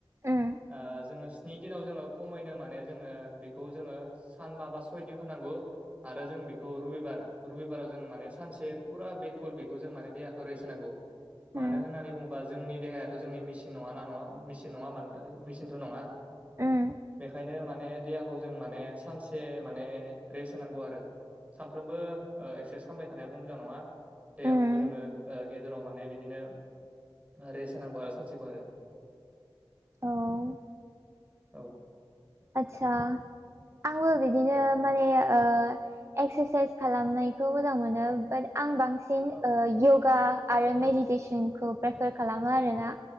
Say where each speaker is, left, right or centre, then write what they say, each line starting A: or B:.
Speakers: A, on the right; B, on the right.
A: उम
B: ओ जोंङो स्नि दिनाव जोंङो खमैनो माने जोंङो बेखौ जोंङो सानबा बा सय दिन खामनांगौ आरो जों बेखौ रबिबार रबिबाराव जों माने सानसे फुरा बिलकुल बेखौ जों माने देहाखौ रेस्ट होनांगौ।
A: उम
B: मानो होननानै बुङोबा जोंनि देहायाथ' जोंनि मेसिन नङा ना नङा मेसिन नङा होनबा नोंथां मिसिन थ नङा
A: उम
B: बेखायनो माने देहाखौ जों माने सानसे माने रेस्ट होनांगौ आरो। सानफ्रोमबो ओ एक्सासाइस खालामबाय थानायाबो मोजां नङा देहाखौबो
A: उम
B: जोंङो ओ गेजेराव माने बिदिनो रेस होनांगौ आरो सानसेखौ आरो।
A: औ
B: औ
A: आदसा आंबो बिदिनो
B: औ
A: माने ओ एक्सारसाइस खालामनायखौ मोजां मोनो बट आं बां सिन
B: औ
A: ओ य'गा आरो मेडिटेसनखौ प्रेफार खालामो
B: औ
A: आरोना